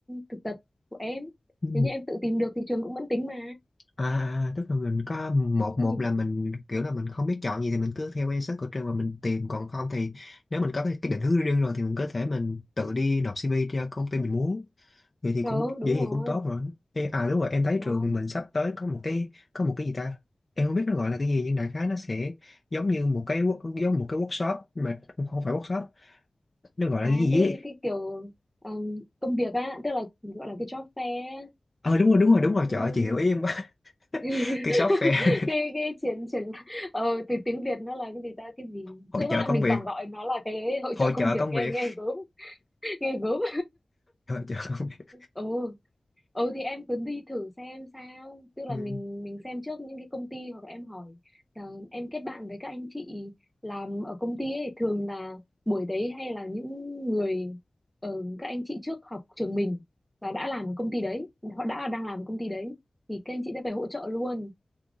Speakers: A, in the centre; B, on the left (about 30°).
A: thực tập của em.
B: Ừ.
A: Nếu như em tự tìm được thì trường cũng vẫn tính mà.
B: À, à, à, tức là mình có một một
A: Ừ,
B: là mình kiểu là mình không biết chọn gì thì mình cứ theo cái search của trường mà mình tìm còn không thì nếu mình có cái, cái định hướng riêng rồi thì mình có thể mình tự đi nộp CV cho công ty mình muốn vậy thì
A: Ờ,
B: cũng
A: đúng
B: vậy thì
A: rồi.
B: cũng tốt rồi Ê, à đúng rồi em thấy
A: Đó.
B: trường mình sắp tới có một cái có một cái gì ta em không biết nó gọi là cái gì nhưng đại khái nó sẽ giống như một cái wo- giống một cái workshop mà không không phải workshop nó gọi
A: À
B: là cái gì
A: cái
B: ấy
A: cái kiểu um, công việc á, tức là gọi là cái job fair á.
B: ờ đúng rồi đúng rồi đúng rồi
A: cái
B: trời ơi, chị hiểu ý em quá
A: <laughs>
B: <laughs> cái shop fair
A: cái cái triển triển ờ từ tiếng Việt nó là cái gì ta cái gì
B: <laughs> hội
A: Tức
B: chợ
A: lại
B: công
A: mình
B: việc
A: toàn gọi nó là cái hội
B: hội
A: trợ công
B: chợ
A: việc
B: công
A: nghe
B: việc
A: nghe gớm <laughs> nghe gớm
B: hội chợ công việc
A: ừ ừ thì em cứ đi thử xem sao tức
B: Ừ.
A: là mình mình xem trước những cái công ty hoặc là em hỏi là em kết bạn với các anh chị làm ở công ty ấy thường là buổi đấy hay là những người ờ, các anh chị trước học trường mình và đã làm ở công ty đấy họ đã đang làm ở công ty đấy thì các anh chị sẽ phải hỗ trợ luôn